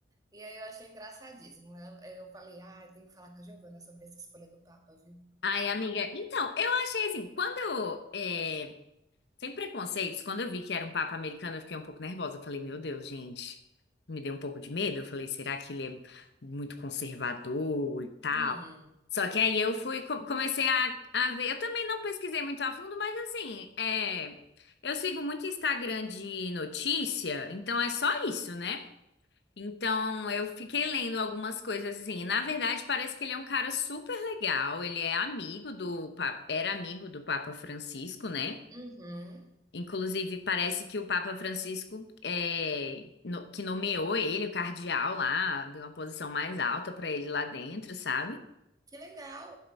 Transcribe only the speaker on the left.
Ai, amiga, então, eu achei assim, quando é, Sem preconceitos, quando eu vi que era um papa americano, eu fiquei um pouco nervosa. Eu falei, meu Deus, gente, me deu um pouco de medo. Eu falei, será que ele é muito conservador e tal?
Só que aí eu fui, co- comecei a, a ver. Eu também não pesquisei muito a fundo, mas assim, é, eu sigo muito Instagram de notícia, então é só isso, né? Então eu fiquei lendo algumas coisas assim. Na verdade, parece que ele é um cara super legal. Ele é amigo do, papa, era amigo do Papa Francisco, né?
Inclusive, parece que o Papa Francisco é, no- que nomeou ele, o cardeal lá, deu uma posição mais alta para ele lá dentro, sabe?